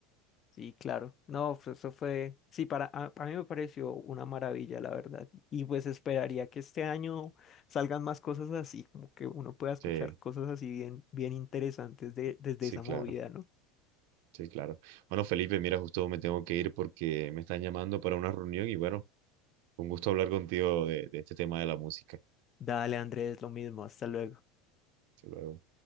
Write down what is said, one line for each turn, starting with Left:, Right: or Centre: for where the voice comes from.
Left: Sí, claro. No, pues eso fue, sí, para, a, a mí me pareció una maravilla, la verdad. Y pues esperaría que este año salgan más cosas así, como que uno pueda escuchar
Right: Sí,
Left: cosas así bien, bien interesantes de, desde
Right: sí,
Left: esa
Right: claro.
Left: movida, ¿no?
Right: Sí, claro. Bueno, Felipe, mira, justo me tengo que ir porque me están llamando para una reunión y bueno, un gusto hablar contigo de, de este tema de la música.
Left: Dale, Andrés, lo mismo. Hasta luego.
Right: Hasta luego.